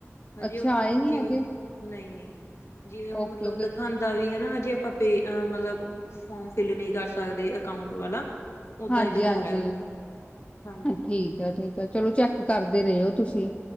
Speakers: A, on the left; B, on the left.
A: ਹਜੇ
B: ਅੱਛਾ ਆਏ ਨੀ
A: ਜੇਵੇ
B: ਹੈਗੇ
A: ਨਹੀਂ ਨਹੀਂ <unintelligible> ਜਿਵੇਂ ਉਹ
B: ਓਕੇ-ਓਕੇ
A: ਮਤਲਬ ਦਿਖਾਉਂਦਾ ਵੀ ਹਨਾ ਜੇ ਆਪਾਂ ਪੇ ਮਤਲਬ ਫੋਰਮ ਫਿਲ ਨਹੀਂ ਕਰ ਸਕਦੇ ਅਕਾਊਂਟ ਵਾਲਾ ਓਦਾਂ
B: ਹਾਂਜੀ
A: ਹੀ ਦਿਖਾ
B: ਹਾਂਜੀ
A: ਰਿਹਾ ਹਾਂਜੀ ਹਾਂਜੀ
B: ਠੀਕ ਆ ਠੀਕ ਆ ਚਲੋ ਚੈੱਕ ਕਰਦੇ ਰਹੇ ਹੋ ਤੁਸੀਂ।